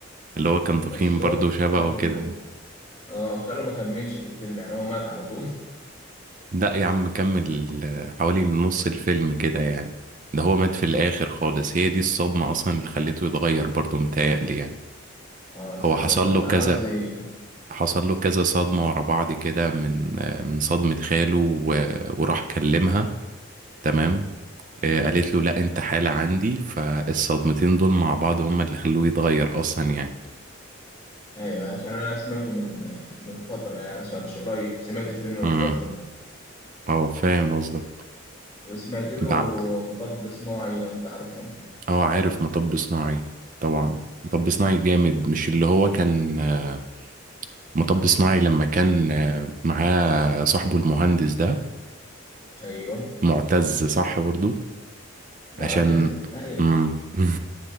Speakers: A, on the right (about 40°); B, on the left (about 15°).
A: اللي هو كان تخين
B: بس
A: برضو
B: هو
A: شبهه
B: خاله
A: كده
B: اه خاله ما كملش في الفيلم يعني هو مات على طول
A: لا يا عم كمل آه، حوالي نص الفيلم كده يعني ده هو مات في الآخر خالص هي دي الصدمة أصلا اللي خليته يتغير برضه متهيألي يعني
B: <laughs> اه تصدق
A: هو حصل
B: ف-
A: له
B: بقى
A: كذا
B: أنا قصدي
A: حصل له كذا صدمة ورا بعض كده من آه، من صدمة خاله و- وراح كلمها تمام آه، قالت له لا انت حالة عندي فالصدمتين دول مع بعض هما اللي خلوه يتغير أصلا يعني
B: أيوه عشان أنا سمعته من من فترة يعني ما سمعتوش قريب سمعت الفيلم من
A: امم
B: فترة
A: اه فاهم قصدك
B: وسمعت له
A: بع-
B: مطب صناعي لو أنت عارفه
A: اه عارف مطب صناعي طبعا مطب صناعي جامد مش اللي هو كان آه، مطب صناعي لما كان آه، معاه صاحبه المهندس ده
B: أيوه
A: معتز صح برضه
B: معتز
A: عشان
B: أيوه
A: مم. <laughs>